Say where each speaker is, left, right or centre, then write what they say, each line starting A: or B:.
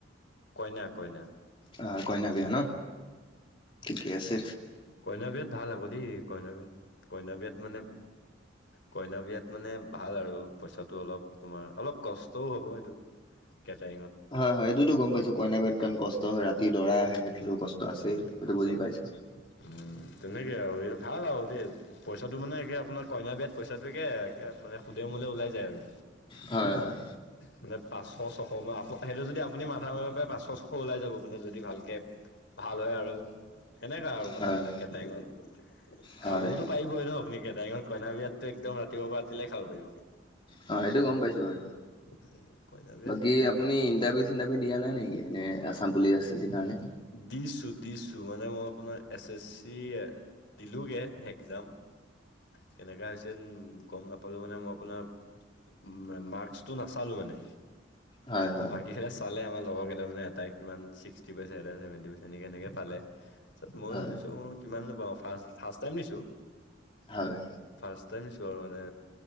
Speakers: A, on the left (about 65°); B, on the left (about 25°).
A: কইনা-কইনা
B: অ কইনা বিয়া ন ঠিকে আছে।
A: কইনা বিয়াত ভাল হব দেই। কইনা বিয়াত কইনা বিয়াত মানে কইনা বিয়াত মানে ভাল আৰু পইচাটো অলপ তোমাৰ অলপ কষ্টও হ'ব সেইটোত কেটাৰিঙত৷
B: হয়-হয় এইটো গম পাইছো কইনা বিয়াত কিমান কষ্ট হয়, ৰাতি দৰা আহে। সেইটোতো কষ্ট
A: উম
B: আছেই সেইটো বুজি
A: চব
B: পাইছো।
A: উম তেনেকে আৰু এইটো ভাল আ দে। পইচাটো মানে একে আপোনাৰ কইনাৰ বিয়াত পইচাটো একে মানে সুদে মুলে ওলাই যায় আৰু।
B: হয়-হয়।
A: মানে পাঁচশ, ছশ অ সেইটো যদি আপুনি মাথা মাৰিব পাৰে পাঁচশ ছশ ওলাই যাব আপুনি যদি ভালকে ভাল হয় আৰু সেনেকা আৰু কথাবিলাক
B: হয়
A: কেটাৰিঙত৷
B: হয়
A: খাবওতো
B: হয়
A: পাৰিবই ন আপুনি কেটাৰিংত কইনাৰ বিয়াততো একদম ৰাতিপুৱাৰ পৰা ৰাতিলেকে খাব পাৰিব।
B: হা সেইটো গম পাইছোঁ বাৰু।
A: সেই কইনা বিয়াত
B: বাকী
A: সেয়াই
B: আপুনি
A: আৰু
B: ইণ্টাৰভিউ চিণ্টাৰভিউ দিয়া নাই নেকি? এনে Assam police S S C কাৰণে?
A: দিছো-দিছো মানে মই আপোনাৰ এছ এছ চি দিলোগে একজাম।
B: <inaudible>
A: কেনেকা হৈছে উ গম নাপালো মানে মই আপোনাৰ ম মাৰ্ক্স তোৰ নাচালো মানে
B: হয়
A: মোৰ
B: হয়
A: বাকী কেইটাই চালে লগৰ কেইটামানে এটাই কিমান ছিক্সটি পাইছে এটাই ছেভেনটি পাৰ্চেন্ত এনেকে এনেকে পালে তাত মই
B: হয়
A: ভাবিছো কিমান নো পাওঁ ফাছ ফাৰ্ষ্ট টাইম দিছো।
B: হয়
A: ফাৰ্ষ্ট টাইম দিছো আৰু মানে